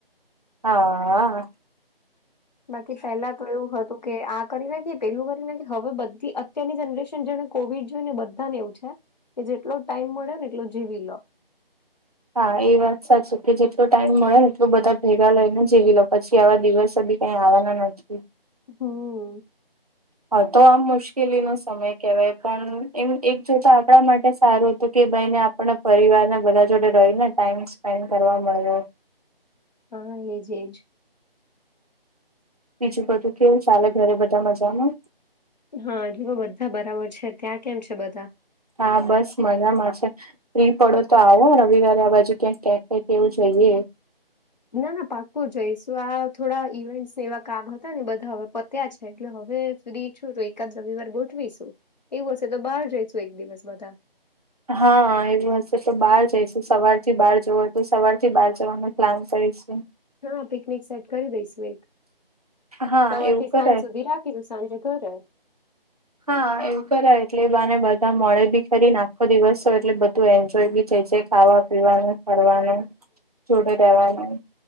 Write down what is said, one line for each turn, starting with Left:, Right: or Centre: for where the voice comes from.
Right: હા હ.
Left: બાકી પહેલા તો એવું હતું કે આ કરી નાખ પેલું કરી ના કે હવે બધી અત્યારની જનરેશન જેને કોવિડ જોય ને બધા ને એવું છે. કે જેટલો ટાઈમ મળે ને એટલો જીવી લો.
Right: હા એ વાત સાચી કે જેટલો ટાઈમ મળે એટલો બધા ભેગા લઈને જીવી લો પછી આવા દિવસો બી ક્યાં આવાના નથી.
Left: હમ્મ.
Right: હા તો આમ મુશ્કેલી નો સમય કહેવાય પણ એમ એક જોતા આપણા માટે સારો તો કે ભાઈ ને આપને પરિવારને બધા જોડે રહીને ટાઈમ સ્પેન્ડ કરવા મળ્યો.
Left: હા એજ એજ.
Right: બીજું બધું કેઉ ચાલે ઘરે બધા મજામાં?
Left: હા જેઓ બધા બરાબર છે ત્યાં કેમ છે બધા?
Right: હા બસ મજામાં છે. ફ્રી પડો તો આવો રવિવારે આ બાજુ ક્યાંક કે ક કેવું જઈએ.
Left: ના ના પાકકો જઈશું આ થોડા ઇવેન્ટસને એવા કામ હતા ને બધા હવે ત્યાં છે એટલે હવે સુધી છું તો એકાદ રવિવાર ગોઠવીશું. એવું હશે તો બહાર જઈશું એક દિવસ બધા.
Right: હા એવું હશે તો બહાર જઈશું સવાર થી બહાર જવો હોય તો સવાર થી બહાર જવાનું. પ્લાન કરીશ.
Left: હા પિકનિક સેટ કરી દઈશુ એક.
Right: હા
Left: સવારથી
Right: એવું
Left: સાંજ
Right: કરાય
Left: સુધી રાખીશું સાંજે ઘરે.
Right: <inaudible> હા એવું કરાય એટલે એ બાને બધા મળે બી ખરી ને આખો દિવસ તો એટલે બધું એન્જોય બી જે જે ખાવા પીવાનું ફડવાનું જોડે રહેેવાનું.